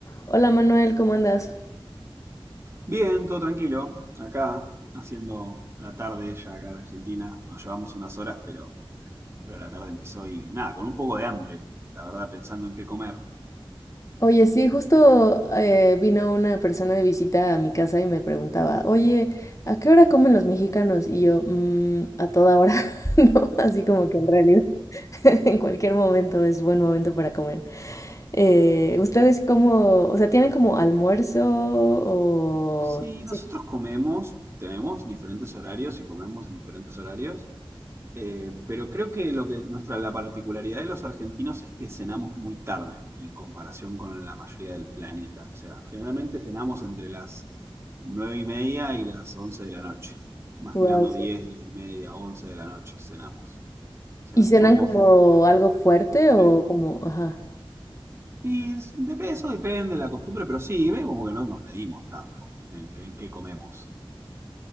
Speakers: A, on the left; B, on the right.
A: Hola Manuel, ¿cómo andas?
B: Bien, todo tranquilo. Acá, haciendo la tarde ya acá en Argentina. Nos llevamos unas horas, pero, pero la tarde empezó y nada, con un poco de hambre, la verdad, pensando en qué comer.
A: Oye, sí, justo eh, vino una persona de visita a mi casa y me preguntaba, oye, ¿a qué hora comen los mexicanos? Y yo, "Mm, a toda hora, <laughs> ¿no? Así como que en realidad, <laughs> en cualquier momento es buen momento para comer. Eh, ¿ustedes cómo, o sea, tienen como almuerzo o...
B: Sí,
A: Sí.
B: nosotros comemos, tenemos diferentes horarios y comemos en diferentes horarios, eh, pero creo que lo que nuestra la particularidad de los argentinos es que cenamos muy tarde en comparación con la mayoría del planeta. O sea, generalmente cenamos entre las nueve y media y las once de la noche, más
A: Wow,
B: tirando
A: sí.
B: diez, diez y media, once de la noche cenamos. O sea,
A: ¿Y cenan
B: somos
A: como
B: eh,
A: algo fuerte
B: sí.
A: o como, ajá?
B: Y s- de eso depende de la costumbre, pero sí, ve como que no nos medimos tanto en qué en qué comemos.